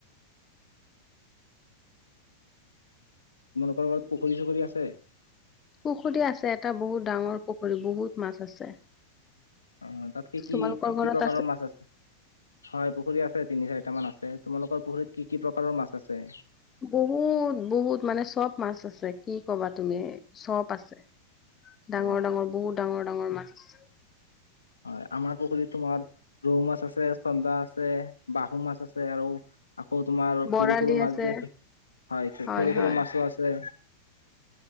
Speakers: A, on the left; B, on the left.
A: তোমালোকৰ লগৰত পুখুৰী চুখুৰী আছে
B: পুখুৰি আছে এটা বহুত ডাঙৰ পুখুৰী বহুত মাছ আছে
A: অ তাত কি কি
B: তোমালোকৰ
A: কি
B: ঘৰত
A: কি প্ৰকাৰৰ মাছ আছে হয় পুখুৰী আছে তিনি চাই কেইটামান আছে তোমালোকৰ পুখুৰীত কি কি প্ৰকাৰৰ মাছ আছে
B: বহুত বহুত মানে চব মাছ আছে কি কবা তুমি চব আছে। ডাঙৰ
A: অ
B: ডাঙৰ বহুত ডাঙৰ ডাঙৰ ডাঙৰ মাছ
A: হয় আমাৰ পুখুৰীত তোমাৰ ৰৌ মাছ আছে চন্দা আছে বাহু মাছ আছে আৰু আকৌ তোমাৰ
B: বৰালি
A: সৰু সৰু মাছ
B: আছে
A: যে হয় সৰু
B: হয় হয়।
A: সৰু মাছো আছে